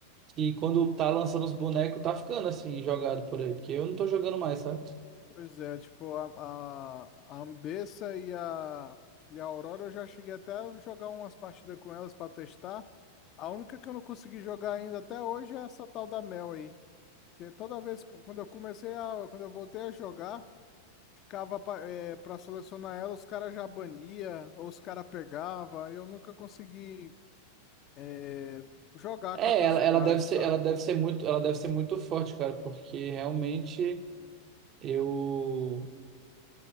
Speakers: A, on the right (about 30°); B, on the left (about 35°).
A: que quando tá lançando os bonecos, tá ficando assim, jogado por aí, porque eu não tô jogando mais, sabe?
B: pois é, tipo, a, a, a Ambessa e a, e a Aurora eu já cheguei até a jogar umas partidas com elas pra testar. A única que eu não consegui jogar ainda até hoje é essa tal da Mel aí. Que toda vez, que- quando eu comecei a, quando eu voltei a jogar, ficava pa- eh, pra, selecionar ela, os caras já bania, ou os caras pegava, e eu nunca consegui eh, jogar
A: É,
B: com a personagem,
A: ela, ela deve ser,
B: sabe?
A: ela deve ser muito, ela deve ser muito forte, cara, porque realmente eu,